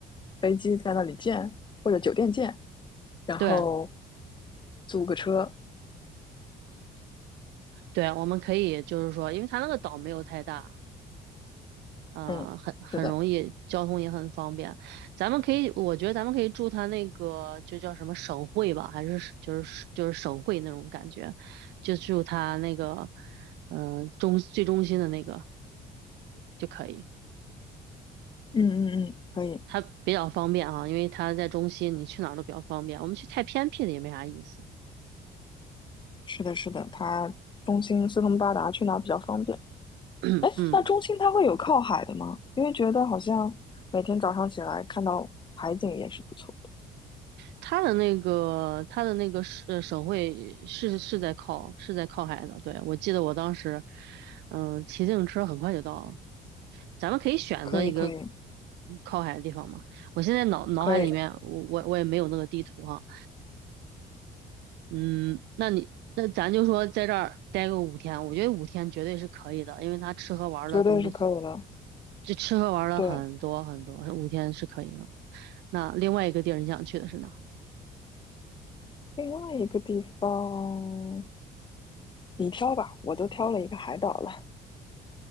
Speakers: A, on the left (about 30°); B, on the right (about 85°).
A: 飞机在那里见，或者酒店见，然后
B: 对
A: 租个车。
B: 对，我们可以就是说，因为它那个岛没有太大，嗯，
A: 嗯，
B: 呃很很容易，
A: 是的，
B: 交通也很方便。咱们可以，我觉得咱们可以住他那个，就叫什么省会吧，还是就是就是省会那种感觉，就住他那个，嗯、呃中最中心的那个就可以。
A: 嗯嗯嗯，可以。
B: 它比较方便啊，因为它在中心，你去哪儿都比较方便。我们去太偏僻的也没啥意思。
A: 是的，是的，它中心四通八达，去哪儿比较方便？
B: <clears throat>
A: 哎，
B: 嗯
A: 那中心它会有靠海的吗？因为觉得好像每天早上起来看到海景也是不错的。
B: 它的那个它的那个省呃省会是是在靠是在靠海的，对，我记得我当时，嗯、骑自行车很快就到了。咱们可以选择一个
A: 可以，可以，
B: 靠海的地方嘛。我现在脑脑海里面，
A: 可以，
B: 我我我也没有那个地图哈。嗯，那你那咱就说在这儿待个五天，我觉得五天绝对是可以的，因为他吃喝玩乐东西，
A: 绝对是可以的。
B: 就吃喝玩乐很多很多，
A: 对，
B: 五天是可以的。那另外一个地儿你想去的是哪？
A: 另外一个地方你挑吧，我都挑了一个海岛了。